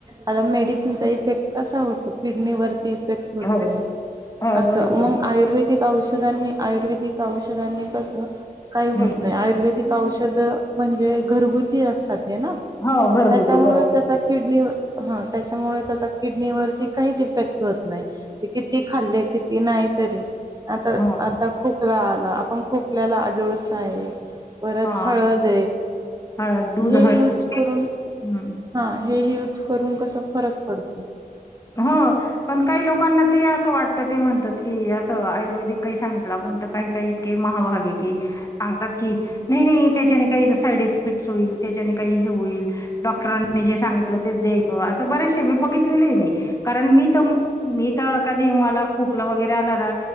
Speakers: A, on the right; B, on the left.
A: आता मेडिसिनचा इफेक्ट कसा होतो किडनीवरती <inaudible> होतो
B: हो हो
A: असे
B: बरोबर
A: मग आयुर्वेदिक औषध - आयुर्वेदिक औषधांनी कस काही होत
B: हम्म
A: नाही आयुर्वेदिक औषध म्हणजे घरगुती असतात त्यामुळे
B: हो घरगुती बरोबर.
A: त्याचा किडनी ह त्याच्यामुळे त्याचा किडनीवरती काहीच इफेक्ट होत नाही किती खाल्ले किती नाही तरी आता
B: हो
A: आता खोकला आला आपण खोकल्याला आडुलसा आहे परत
B: हा
A: हळद
B: हळद दूध
A: हे
B: हळद
A: यूज करून
B: हम्म.
A: हा हे यूज करून कसा फरक पडतो
B: हो पण काही लोकांना ते असं वाटत ते म्हणतात की असं आयुर्वेदिक काही सांगितलं पन काही काही इतके महाभागे की सांगतात की नाही नाही त्याच्याने काही साईड इफेक्ट होईल त्याच्याने काही हे होईल डॉक्टरांनी जे सांगितलं तेच द्यायच अस बरेच मी बघितलेले आहे मी कारण मी तर मी तर कधी मला खोकलं वगैरे आला ना